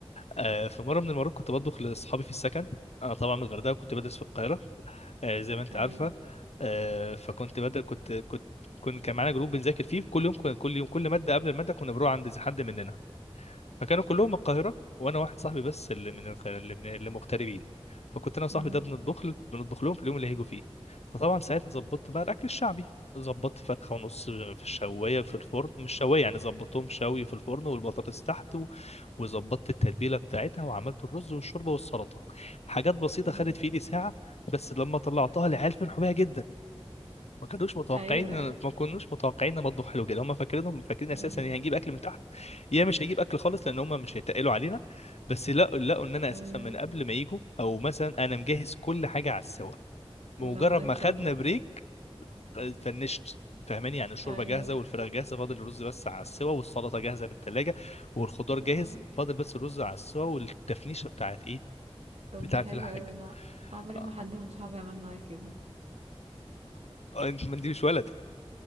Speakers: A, on the left; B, on the right.
A: آه، في مره من المرات كنت بطبخ لاصحابي في السكن انا طبعا من الغردقه كنت بدرس في القاهره آه، زي ما انت
B: ايوه
A: عارفه آه، فكنت بدل كنت كنت كنا كان معانا جروب بنذاكر فيه كل يوم كل يوم كل ماده قبل الماده كنا بنروح عند حد مننا فكانوا كلهم من القاهرة وأنا واحد صاحبي بس اللي من الق- اللي من اللي مغتربين فكنت أنا وصاحبي
B: مم.
A: ده بنطبخ بنطبخ لهم في اليوم اللي هيجوا فيه فطبعا ساعتها ظبطت بقى الأكل الشعبي ظبطت فرخة ونص في الشواية في الفرن مش شواية يعني ظبطتهم شوي في الفرن والبطاطس تحت و... وظبطت التتبيلة بتاعتها وعملت الرز والشوربة والسلطة حاجات بسيطة
B: مم.
A: خدت في إيدي ساعة بس لما طلعتها العيال فرحوا بيها جدا ما كانوش متوقعين
B: ايوه
A: ما كناش متوقعين ان مطبخ حلو كده هم فاكرينهم فاكرين اساسا
B: ايوه
A: ان هنجيب اكل من تحت يا مش هيجيب اكل خالص لان هم مش هيتقلوا علينا بس لا لقوا ان انا اساسا
B: ايوه
A: من قبل ما يجوا او مثلا انا مجهز كل حاجه على السوا بمجرد
B: لا والله
A: ما
B: شاطر
A: خدنا بريك فنشت فاهماني يعني الشوربه
B: ايوه
A: جاهزه والفراخ جاهزه فاضل الرز بس على السوا والسلطه جاهزه في الثلاجه والخضار
B: لا
A: جاهز فاضل بس الرز على السوا والتفنيشه بتاعت ايه
B: طب
A: بتاعت
B: ده حلو
A: الحاجه
B: اوي انا عمري
A: آه،
B: ما حد من صحابي عمل معايا كده
A: آه، انت ما انت مش ولد